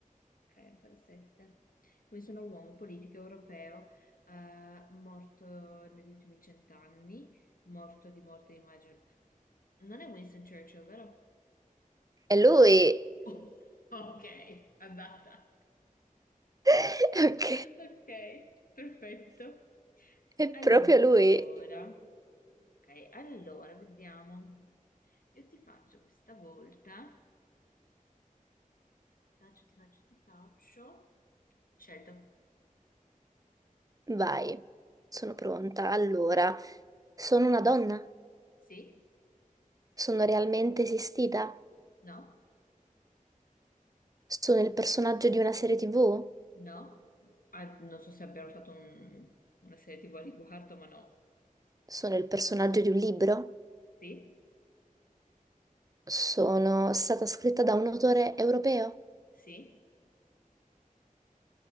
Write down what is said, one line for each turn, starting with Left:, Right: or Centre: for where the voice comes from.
Left: Ok, ancora sette. Quindi sono uomo, politico, europeo, eh, morto negli ultimi cent'anni, morto di morte, immagino. Non è Winston Churchill, vero?
Right: È lui.
Left: <laughs> Oh, ok, andata.
Right: <laughs> Ok,
Left: Ok, perfetto.
Right: è
Left: Allora,
Right: proprio lui.
Left: ok, allora vediamo. Io ti faccio questa volta. Ti faccio, ti faccio, ti faccio. Scelto.
Right: Vai, sono pronta. Allora, sono una donna?
Left: Sì?
Right: Sono realmente esistita?
Left: No?
Right: Sono il personaggio di una serie TV?
Left: No? Ah, non so se abbiamo fatto un- una serie TV a riguardo, ma no.
Right: Sono il personaggio di un libro?
Left: Sì?
Right: Sono stata scritta da un autore europeo,
Left: Sì?